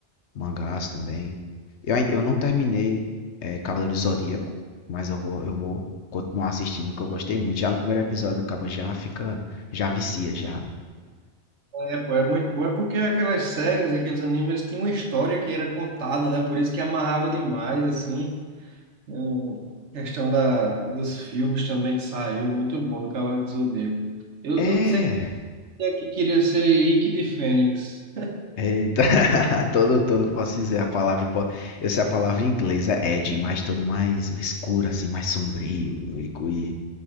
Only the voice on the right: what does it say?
É, pô, é muito bom, é porque aquelas séries, aqueles animes, eles tinham uma história que era contada, né? Por isso que amarrava demais, assim. Eu- questão da, dos filmes também que saiu, muito bom, do Cavaleiro do Zodíaco. Eu,
eu sempre que- queria ser Ikki de Fênix.